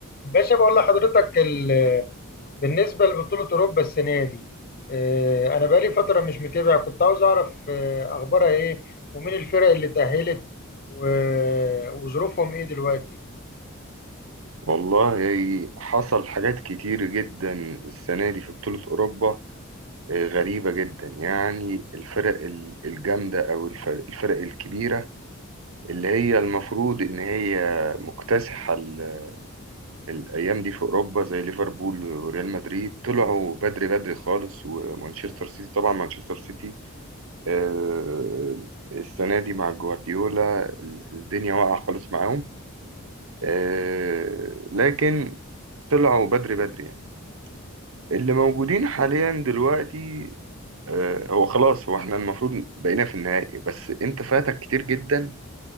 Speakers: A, on the left; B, on the right.
A: باشا بقول لحضرتك ال- بالنسبة لبطولة أوروبا السنة دي آه، أنا بقالي فترة مش متابع كنت عاوز أعرف آه، أخبارها إيه ومين الفرق اللي تأهلت و- وظروفهم إيه دلوقتي
B: والله حصل حاجات كتير جدا السنة دي في بطولة أوروبا آه، غريبة جدا يعني الفرق ال- الجامدة أو الفرق, الفرق الكبيرة اللي هي المفروض إن هي مكتسحة ال- الأيام دي في أوروبا زي ليفربول وريال مدريد طلعوا بدري بدري خالص ومانشستر سيتي طبعا مانشستر سيتي آه، السنة دي مع جوارديولا ال- الدنيا واقعة خالص معاهم آه، لكن طلعوا بدري بدري يعني. اللي موجودين حاليا دلوقتي آه، هو خلاص هو احنا المفروض بقينا في النهائي بس انت فاتك كتير جدا